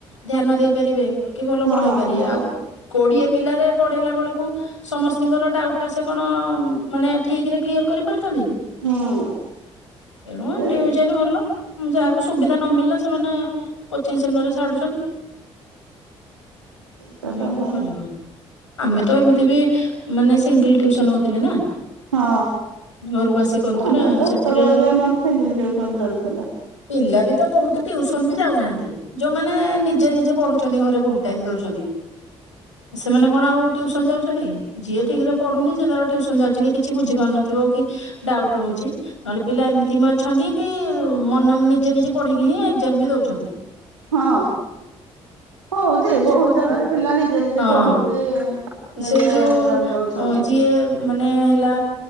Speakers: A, on the left (about 85°); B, on the right (about 85°).
A: ଧ୍ୟାନ ଦେଇପାରିବେ ଆଉ କି ଭଲ
B: ହଁ
A: ପଢେଇ ପାରିବେ
B: ହଁ
A: ଆଉ କୋଡିଏ ପିଲାଗୁରାକୁ ପଢେଇଲା ବେଳୁକୁ ସମ ସ୍ତି ଙ୍କର ଡାଉଟ୍ ଟା ସେ କଣ ମାନେ ଠିକ୍ ରେ କ୍ଲିୟର କରିପାରୁଛନ୍ତି।
B: ହୁଁ
A: ତେଣୁ
B: ସେଇ
A: ଇଣ୍ଡିଭିଜୁଆଲ୍ ଭଲ। ଯାହାକୁ ସୁବିଧା ନ ମିଳିଲା ସେମାନେ କୋଚିଙ୍ଗ୍ ସେଣ୍ଟର ରେ ଛାଡୁଛନ୍ତି।
B: କଥା
A: ହଁ ଆଉ
B: ପରା
A: କଣ କରିବ। ଆମେ ତ ଏମିତି ବି ମାନେ ସିଙ୍ଗଲ୍ ଟିଉସନ୍ ହଉଥିଲେ ନା।
B: ହଁ
A: ଘରକୁ ଆସି କରୁଥିଲେ
B: ଆମେ ତ
A: ସେଥିରେ
B: ସେତେବେଳେ ବି ଆମର ସିଙ୍ଗିଲ୍ ଟ୍ୟୁସନ୍ ଚାଲିଥିଲା।
A: ପିଲା ବି ତ ବହୁତ ଟିଉସନ୍ ବି ଯାଉନାହାନ୍ତି ଯୋଉମାନେ ନିଜେ ନିଜେ ପଢୁଛନ୍ତି ଘରେ ବହୁତ ଟାଇମ୍ ଦଉଛନ୍ତି ସେମାନେ କଣ ଆଉ ଟ୍ୟୁସନ୍ ଯାଉଛନ୍ତି କି? ଯିଏ ଠିକ୍ ରେ ପଢୁନି ସେ ଧର ଟ୍ୟୁସନ୍ ଯାଉଛି କି କିଛି ବୁଝି ପାରୁନଥିବ କି ଡାଉଟ୍ ରହୁଛି ନହେଲେ ପିଲା ଏମିତି ବି ଅଛନ୍ତି କି ମନେ ନିଜେ ନିଜେ ପଢିକି ହିଁ ଏକ୍ଜାମ୍ ବି ଦଉଛନ୍ତି।
B: ହଁ। ହଉଛି
A: ଅଛନ୍ତି
B: ବହୁତ ଜାଗାରେ
A: ନା
B: ପିଲା ନିଜେ ନିଜେ
A: ହଁ
B: ପଢିକି ନିଜେ
A: ସେ ଯୋଉ
B: ଏକ୍ଜାମ ଦଉଛନ୍ତି।
A: ଯିଏ ମାନେ ହେଲା